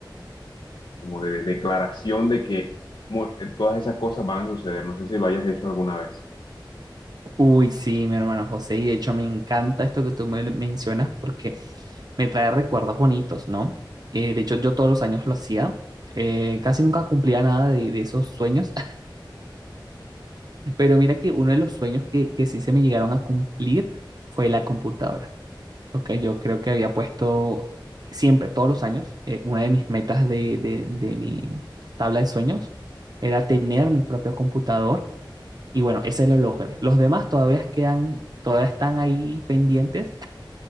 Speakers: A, on the left; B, on the right.
A: como de declaración de que mu- eh, todas esas cosas van a suceder. No sé si lo hayas hecho alguna vez.
B: Uy, sí, mi hermano José, y de hecho me encanta esto que tú me mencionas porque me trae recuerdos bonitos, ¿no? Eh, de hecho, yo todos los años lo hacía, eh, casi nunca cumplía nada de, de esos sueños, <laughs> pero mira que uno de los sueños que, que sí se me llegaron a cumplir fue la computadora, ¿ok? Yo creo que había puesto siempre, todos los años, eh, una de mis metas de, de, de mi tabla de sueños era tener mi propio computador y bueno, ese lo logré. Los demás todavía quedan, todavía están ahí pendientes,